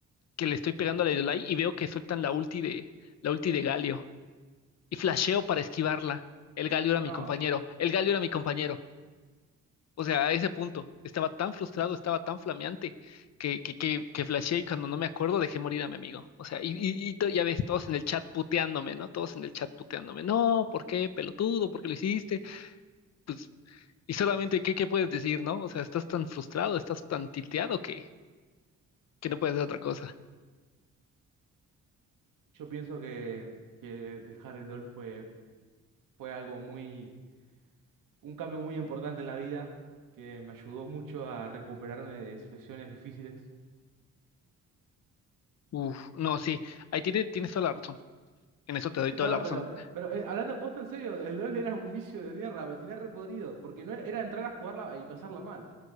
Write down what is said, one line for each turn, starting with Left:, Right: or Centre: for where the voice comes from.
Left: que le estoy pegando a la Iolai y veo que sueltan la ulti de, la ulti de Galio. y flasheo para esquivarla. El
Right: <laughs>
Left: Galio era
Right: No.
Left: mi compañero, el Galio era mi compañero. O sea, a ese punto, estaba tan frustrado, estaba tan flameante que, que, que, que flasheé y cuando no me acuerdo dejé morir a mi amigo. O sea, y, y, y to- ya ves, todos en el chat puteándome, ¿no? Todos en el chat puteándome. No, ¿por qué, pelotudo? ¿Por qué lo hiciste? Pues, y solamente, ¿qué, qué puedes decir, no? O sea, estás tan frustrado, estás tan tilteado que, que no puedes hacer otra cosa.
Right: Yo pienso que, que dejar el LOL fue, fue algo muy, un cambio muy importante en la vida, que me ayudó mucho a recuperarme de situaciones difíciles. <laughs>
Left: Uf, no, sí, ahí tiene- tienes toda la razón. En eso te doy toda
Right: No,
Left: la razón.
Right: pero, pero eh, hablando posta en serio, el LOL era un vicio de mierda, me tenía repodrido, porque no era, era entrar a jugarla y pasarla mal.